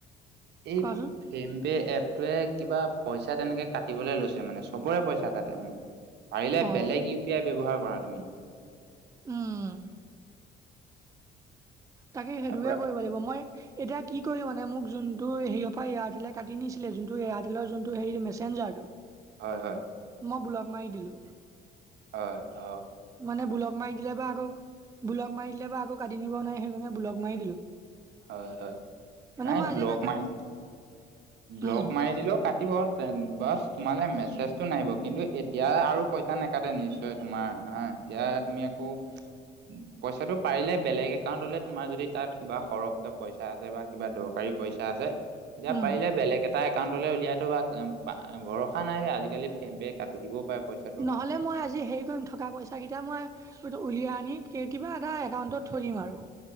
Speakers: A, on the right; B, on the right.
A: এই-
B: কোৱাচোন
A: ফেমপে এপটোৱে কিবা পইচা তেনেকে কাটিবলৈ লৈছে মানে, চবৰে পইছা কাটে অ। পাৰিলে
B: অ
A: বেলেগ ইউ পি আই ব্যৱহাৰ কৰা তুমি।
B: উম তাকে
A: তাৰ
B: সেইটোকে
A: পৰা
B: কৰিব লাগিব মই এতিয়া কি কৰিম মানে, মোক যোনটো হেৰিয়ৰ পৰা এয়াৰটেলে কাটি নিছিলে, যোনটো এয়াৰটেলৰ যোনটো হেৰি মেচেঞ্জাৰটো। <inaudible>
A: হয়, হয়।
B: মই ব্লক মাৰি দিলো।
A: হয় অ।
B: মানে ব্লক মাৰি দিলে বা আকৌ ব্লক মাৰি দিলে বা আকৌ কাটি নিব নোৱাৰে, সেইকাৰণে ব্লক মাৰি দিলো।
A: হয়, হয়।
B: মানে
A: নাই
B: মই আজি
A: ব্লক
B: এটা
A: মাৰি ব্লক
B: উম
A: মাৰি দিলেও কাটিব, তেন বাচ তোমালৈ মেছেজটো নাহিব, কিন্তু এতিয়া আৰু পইচা নাকাটে নিশ্চয়। তোমাৰ হা এতিয়া তুমি আকৌ
B: <inaudible>
A: উম, পইছাটো পাৰিলে বেলেগ একাউণ্টলে তোমাৰ যদি তাত কিবা সৰহ কৈ পইছা আছে বা কিবা দৰকাৰী পইছা আছে, তেতিয়া
B: উম
A: পাৰিলে বেলেগ এ টাৰ একাউণ্টলে উলিয়াই থবা বা ভৰসা নাই অই আজিকালি ফেম পে কাটি দিবও পাৰে পইচাটো।
B: নহ'লে মই আজি হেৰি কৰিম থকা পইচাকেইটা মই সেইটো উলিয়াই আনি কে কিবা এটা একাউণ্টত থৈ দিম আৰু।